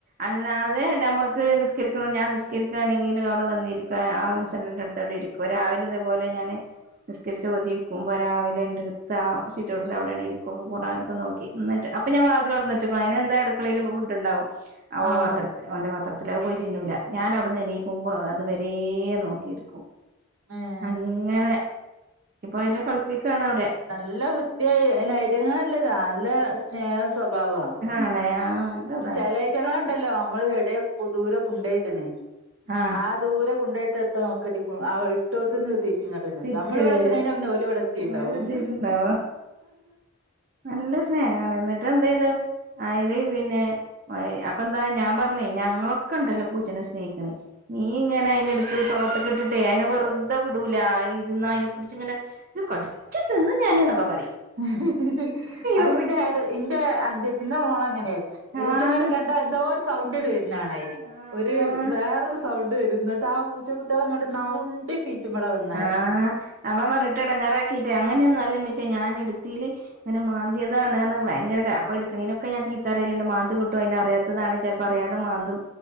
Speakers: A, on the right; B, on the right.
A: അല്ലാതെ ഞമക്ക് നിസ്കരിക്ക്ണൊ <unintelligible> ഞാൻ നിസ്കരിക്കാണെങ്കിലും അവിടെ വന്നിരിക്കു. ആ മുസല്ലന്റെ അടുത്ത് അടെ ഇരിക്കും. ഇപ രാവിലെതേപോലെ ഞാന്. നിസ്കരിച്ച് ഓതി ഇരിക്കുമ്പ രാവിലെ ഇന്റെ അടുത്ത് ആ സീറ്റൗട്ടിൽ അവിടെ ഇരിക്കും. ഖുർആനൊക്കെ നോക്കി ഇന്നട്ട് അപ്പ ഞാൻ വാതില് തൊറന്നച്ച്. അയ്ന് എന്താ അടുകളേല് ഫുഡ് ഇണ്ടാകും. ഓളെ
B: ആഹ്
A: പാത്ര ഓന്റെ പാത്രത്തില്. അഹ് പോയി തിന്നൂല്ല. ഞാൻ ഔട്ന്ന് എണീക്കുമ്പം അത് വരേ നോക്കിയിരിക്കും.
B: ഏഹ്
A: അങ്ങനെ. ഇപ്പൊ അയ്നെ കളിപ്പിക്കാണ് ഔടെ.
B: നല്ല ഭുദ്യയ്. അയ്ന് അയ്റ്റങ്ങള് നല്ലതാ നല്ല സ്നേഹം സ്വഭാവ്വ.
A: ആണ് ആ. നല്ലതാണ്
B: ചെലെയ്റ്റങ്ങളെ ഇണ്ടല്ലൊ നമ്മള് എ ടെ ദൂര കൊണ്ടോയിട്ണ്
A: ആഹ്
B: ആ ദൂരെ കൊണ്ടോയിട്ടടുത്ത് നോക്കെ ഇട്ടോട്ത്ത്ന്ന്. തിരിച്ചു ഇങ്ങട്ടെന്നെ
A: തിരിച്ചു
B: എത്തും. നമ്മള് ഇവടത്ത്ണേന്റ
A: വരും
B: മുന്ന്യ ഓല് ഇവടത്തീണ്ടാവും.
A: ഓരെടുത്തിട്ടുണ്ടാവ നല്ല സ്നേഹാണ്. ഇന്നട്ട് എന്തെയ്ത്. അയ്ല് പിന്നെ അപ്പൊ ഇന്താ ഞാൻ പറഞ്ഞ് ഞങ്ങളൊക്കെ ഇണ്ടല്ലൊ പൂച്ചനെ സ്നേഹിക്ക്ണ്. നീ ഇങ്ങനെ അയിനെ ഇടുത്ത് തോ ളത്ത്ക്ക് ഇട്ട്ട്ടെ അയിനെ വെറ്തെ വിടൂല. ഇരുന്ന അയ്നെ പിടിച്ച് ഇങ്ങനെ ഇ <unintelligible> കടിച്ച് തിന്നും ഞാൻ ന്നൊക്കെ പറയും.
B: <inaudible> അത്
A: ഇറുക്കിട്ട്
B: ഇന്റെ അ ഇന്റെ അഞ്ചത്തിന്റെ മോള് അങ്ങനെ. പൂച്ചനെ
A: ആഹ്
B: ക്കണ്ടാ എന്തോ സൗണ്ടണ്ട് വര്ന്നാണ അയ്ന്.
A: ആഹ്
B: ഒരു വേറൊരു സൗണ്ട് വരും. ഇന്നട്ട് ആ. കൊച്ചു കുട്ട്യേളെ ഇങ്ങട്ട് നൗണ്ടി പീച്ചും ഇവെടെ വന്ന്
A: ആഹ് അമ്മമാറിട്ട എടങ്ങാറാക്കിട്ടെ അങ്ങനെയൊന്നും അല്ലമ്യച്ചെ ഞാന് ഇടുത്തീല്. ഇങ്ങനെ മാന്ത്യതാണ് അറ്ണ് ഭയര അപ്പ ഇട്ക്ണേനൊക്കെ ഞാൻ ചീത്ത അറിയില്ണ്ട്. മാന്ത് കിട്ടും അയ്നറിയാ താണ്. ചെൽപ്പം അറിയാതെ മാന്തും.